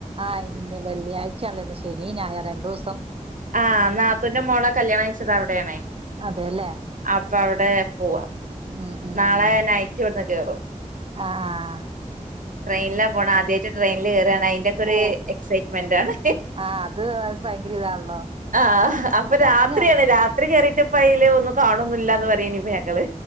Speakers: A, on the right; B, on the right.
A: ആഹ് ഇന്ന് വെള്ളിയഴ് ച്ചയാണല്ല് ശനീ ഞായർ രണ്ടൂസം
B: ആഹ് നാത്തൂന്റെ മോളെ കല്യാണംകഴിച്ചത് അവിടെയാണെ
A: അതെല്ലേ
B: അപ്പ അവിടെ പോവാ
A: ഉം ഉം
B: നാളെ നൈറ്റ് ഇവിട്ന്ന് കേറും
A: ആഹ് ആഹ്
B: ട്രെയിനിലാ പോണെ ആദ്യയിട്ട് ട്രെയിനില് കയറാണ് അതിന്റെക്കെ ഒരു
A: ഓ
B: എക്സൈറ്റ്മെന്റ് ആണ്
A: ആഹ് അത് ഭയങ്കര ഇതാണല്ലോ
B: ആഹ് അപ്പൊ
A: ഞാനും
B: രാത്രിയാണ് രാത്രി കേറി പ്പായില് ഒന്നും കാണുന്നില്ലാന്ന് പറയാനിപ്പൊ ഞങ്ങള്